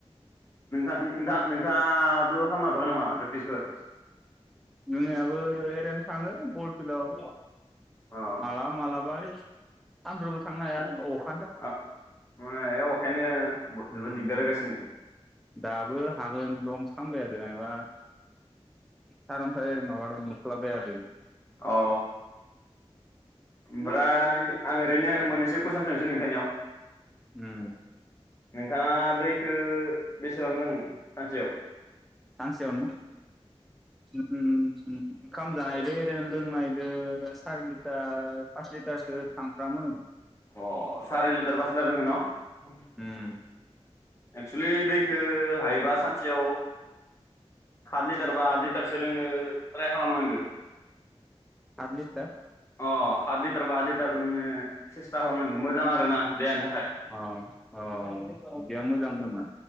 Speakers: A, on the left; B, in the centre.
A: नोंथां नोंथां नोंथाङाबो खालामनो हाथआखै नामा प्रेकटिसफोर?
B: मोनायावबो एरैनो थाङो बल फिल्डआव।
A: अ
B: मालाबा मालाबा ओइ सानफ्रामबो थांनो हाया अ
A: अ माने अखायानो जोबोद
B: उम
A: दिगदार होगासिनो।
B: दाबो हागोन रखमसो खामबाय थादो मायबा सारनथाइ माबा र मोख्लामबाय थादो
A: अ ओमफ्राय आं ओरैनो मोननैसो कुइसन सोंनोसै नोंथांनियाव?
B: उम
A: नोंथाङा दैखो बेसेबां लोङो सानसेयाव?
B: सानसेयाव ना ओम उम। ओंखाम जानायदो एरेन लोंनायदो सार लिटार पास लिटार स सो थांफ्रामो।
A: अ सारि लिटार पास लिटार लोङो न?
B: उम
A: एक्सुयेलि दैखौ हायोबा सानसेयाव सात लिटार बा आत लिट टारसो लोंनो ट्राय खालाम नांगो
B: आद लिटार
A: । अ हात लिटार बा आत लिटार लोंनो सेस्था खालामनांगौ मोजां आरोना देहानि थाखाय।
B: अ अ बिदिया मोजां नामा?